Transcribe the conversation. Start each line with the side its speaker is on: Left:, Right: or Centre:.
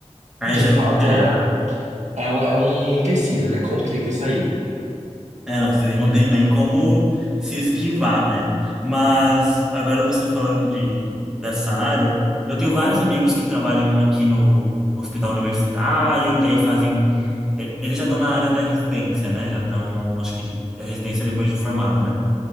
Centre: Aí
Right: de
Centre: já
Right: fato,
Centre: complicaria.
Right: era, é, um- é um empecilho, né? Complica isso aí.
Centre: É, não, isso aí não tem nem como se esquivar, né? Mas agora você falando de dessa área, eu tenho vários amigos que trabalham aqui no hospital universitário, daí fazem. eh, Eles já estão na área da residência, né? Já estão, acho que de- a residência depois de formado, né?